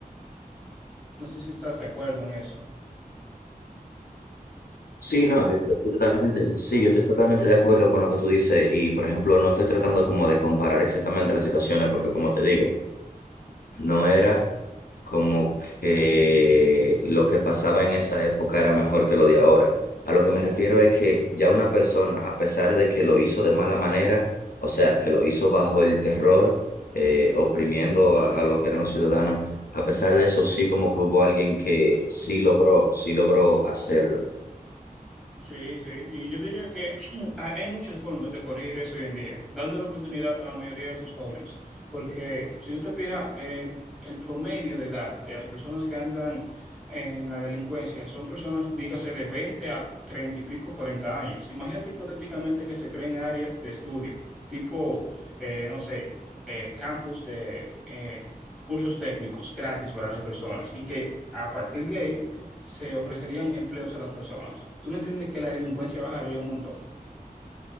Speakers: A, in the centre; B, on the left (about 75°).
A: No sé si estás de acuerdo en eso.
B: Sí, no, yo estoy totalmente, sí, yo estoy totalmente de acuerdo con lo que tú dices y, por ejemplo, no estoy tratando como de comparar exactamente las situaciones porque, como te digo, no era como que lo que pasaba en esa época era mejor que lo de ahora. A lo que me refiero es que ya una persona, a pesar de que lo hizo de mala manera, o sea, que lo hizo bajo el terror, eh, oprimiendo a, a lo que eran los ciudadanos, a pesar de eso sí como que hubo alguien que sí logró, sí logró hacerlo.
A: Sí, sí, y yo diría que <clears throat> hay hay muchas formas de corregir eso hoy en día, dando la oportunidad a la mayoría de sus jóvenes, porque si tú te fijas, eh, el promedio de edad de las personas que andan en la delincuencia son personas, dígase, de 20 a 30 y pico, 40 años. Imagínate hipotéticamente que se creen áreas de estudio, tipo, eh, no sé, eh, campus de eh, cursos técnicos gratis para las personas y que... A partir de ahí se ofrecerían empleos a las personas. ¿Tú no entiendes que la delincuencia bajaría un montón?